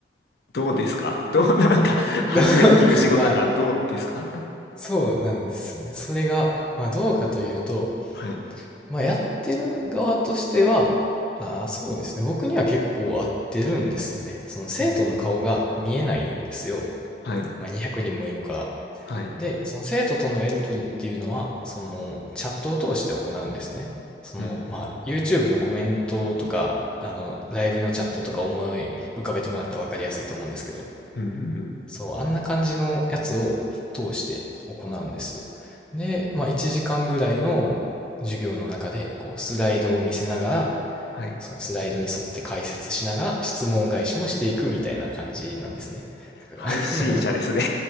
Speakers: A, on the left (about 65°); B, in the centre.
A: どうですかどう、なんか、初めて聞く仕事だからどうですか
B: <laughs> まあ、そうなんですね。それが、まあどうかというと、
A: はい。
B: まあやってる側としては、ああ、そうですね。僕には結構合ってるんですよね。その生徒の顔が見えないんですよ。
A: うーん。はい。
B: まあ200人もいるから。
A: はい。
B: で、その生徒とのやり取りっていうのは、そのチャットを通して行うんですね。その、
A: うーん。
B: まあ、YouTube のコメントとか、あの、ライブのチャットとか思い浮かべてもらったら分かりやすいと思うんですけど、
A: うんうんうん。
B: そう、あんな感じのやつを通して行うんですよ。で、まあ、1時間ぐらいの授業の中で、こう、スライドを見せながら、
A: はい。
B: そのスライドに沿って解説しながら、質問返しもしていくみたいな感じなんですね。だから、
A: 配信者ですね。
B: <laughs>